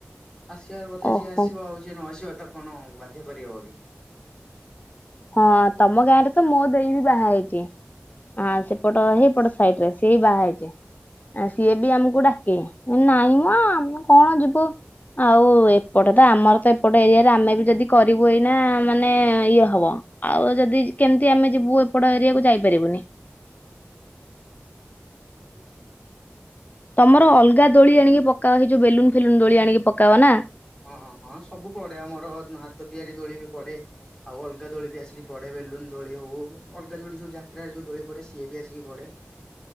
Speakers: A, on the left (about 15°); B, on the left (about 45°).
A: ଆସିବା କଥା
B: ଓହୋ।
A: ଯିଏ ଆସିବ ଆଉ ଯିଏ ନ ଆସିବ ତାକୁ କଣ ବାଧ୍ୟ କରିହବ କି।
B: ହଁ ତମ ଗାଁ ରେ ତ ମୋ ଦେଇ ବି ବାହା ହେଇଛି। ଆ ସେପଟ ହେଇପଟ ସାଇଡ୍ ରେ ସେଇ ବାହା ହେଇଛି ଆ ସିଏ ବି ଆମକୁ ଡାକେ ନାଇଁ ମୋ ଆମେ କଣ ଯିବୁ। ଆଉ ଏପଟେ ତ ଆମର ତ ଏପଟ ଏରିଆରେ ଆମେ ବି ଯଦି କରିବୁ ଏଇନା ମାନେ ଇଏ ହବ। ଆଉ ଯଦି ଯେ କେମିତି ଆମେ ଯିବୁ ଏପଟ ଏରିଆକୁୁ ଯାଇପାରିବୁନି।
A: ଉଁ ହୁଁ।
B: ତମର ଅଲଗା ଦୋଳି ଆଣିକି ପକା ଏଇ ଯୋଉ ବେଲୁନ୍ ଫେଲୁନ୍ ଦୋଳି ଆଣିକି ପକାଅ ନା?
A: ହଁ ହଁ ହଁ ସବୁ ପଡେ ଆମର ହାତ ତିଆରି ଦୋଳି ବି ପଡେ। ଆଉ ଅଲଗା ଦୋଳି ବି ଆସିକି ପଡ଼େ ବେଲୁନ ଦୋଳି ହଉ ଅଲଗା ଦୋଳି ଯେଉ ଯାତ୍ରାରେ ଯୋଉ ଦୋଳି ପଡ଼େ ସିଏ ବି ଆସିକି ପଡ଼େ।